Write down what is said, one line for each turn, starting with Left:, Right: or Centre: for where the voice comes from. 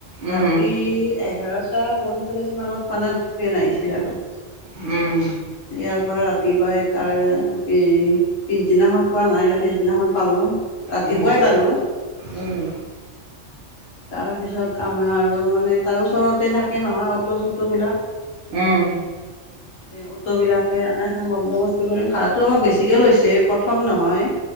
Right: উম
Left: ৰাতি এঘাৰটা পঞ্চল্লিছ মানত মানে ট্ৰেইন আহিছিলে আৰু।
Right: উম।
Left: ইয়াৰ পৰা ৰাতিপুৱাই তাৰ পিছদিনাখন- পোৱা নাই, তৰ পিছদিনাখন পালো, ৰাতিপুৱাই
Right: উম
Left: পালো।
Right: উম
Left: তাৰ পিছত আমিও আৰু মানে তাৰ ওচৰতে থাকে নহয় অটো-চটো বিলাক।
Right: উম।
Left: এই অ অটো বিলাকে এখন বন্দবস্ত কৰি ভাড়াটো আমাক বেছিকে লৈছে প্ৰথম নহয়।